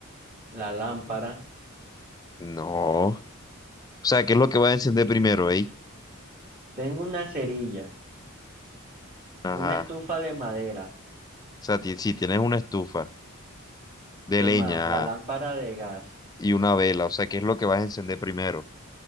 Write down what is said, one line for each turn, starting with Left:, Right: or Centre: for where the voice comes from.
Right: la lámpara,
Left: No. O sea, ¿qué es lo que vas a encender primero, eh?
Right: tengo una cerilla,
Left: Ajá.
Right: una estufa de madera,
Left: O sea, ti- si tienes una estufa de
Right: ¿qué
Left: leña.
Right: más? La lámpara
Left: ajá,
Right: de gas,
Left: y una vela. O sea, ¿qué es lo que vas a encender primero?